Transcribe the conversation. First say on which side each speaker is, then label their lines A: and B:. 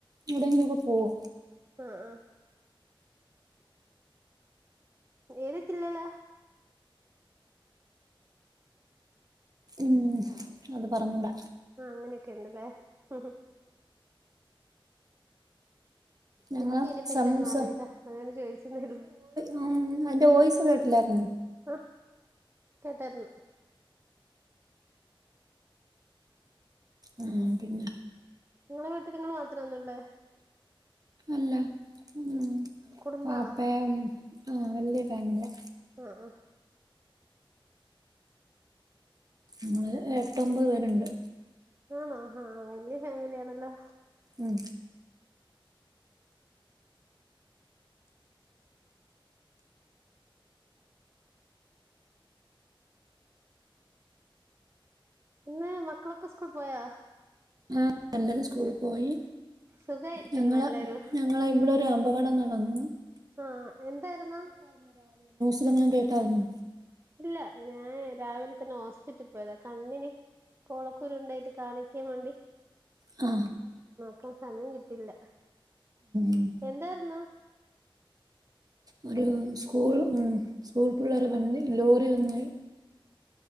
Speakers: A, on the right; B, on the right.
A: എവിടെയങ്കിലുമൊക്കെ പോകും
B: ആഹ് ആഹ് ഏത് ജില്ലേലാ
A: ഉം അത് പറഞ്ഞൂടാ
B: ആഹ് അങ്ങനെക്കെണ്ട്ല്ലേ ആഹ്
A: ഞങ്ങള്
B: എനിക്ക് ഇതിനെ പറ്റിയൊന്നും
A: സംസ
B: അറിയില്ല അങ്ങനെചോയിച്ചതായിര്ന്നു
A: ആ അയ്ന്റെ വോയിസ് കേട്ടില്ലായിരുന്നു
B: ആഹ് കേട്ടായ്ര്ന്നു
A: ആഹ് പിന്നെ
B: നിങ്ങളെ വീട്ടിൽ നിങ്ങള്ൾ മാത്രംന്നള്ളേ
A: അല്ല ഉം
B: കുടുംബാണോ
A: വാപ്പേം ആഹ് വല്യ ഫാമിലിയ
B: ആഹ് ആഹ്
A: നമ്മള് എട്ടൊമ്പത് പേരുണ്ട്
B: ആണോ ആഹ് വലിയ ഫാമിലി ആണല്ലോ
A: ഉം
B: ഇന്ന് മക്കളൊക്കെ സ്കൂൾ പോയാ
A: ആഹ് എല്ലാരും സ്കൂളിൽ പോയി
B: സുഖായിരിക്കുന്നു
A: ഞങ്ങള്
B: എല്ലാരും
A: ഞങ്ങളെ ഇവിടെ ഒരു അപകടം നടന്നു
B: ആഹ് എന്തായിര്ന്നു
A: ഇതങ്ങനെ കേട്ടായിരുന്നു
B: ല്ല ഞാൻ രാവിലെ തന്നെ ഹോസ്പിറ്റൽ പോയതാ കണ്ണിന് കോളക്കൂരുണ്ടായിട്ട് കാണിക് കേ മണ്ടി
A: ആ
B: ക്കാൻ സമയം കിട്ടില്ല
A: ഉം
B: എന്തായിര്ന്നു
A: ഒരു സ്കൂൾ ഉം സ്കൂൾ പിള്ളേരെ വണ്ടി ലോറി വന്ന്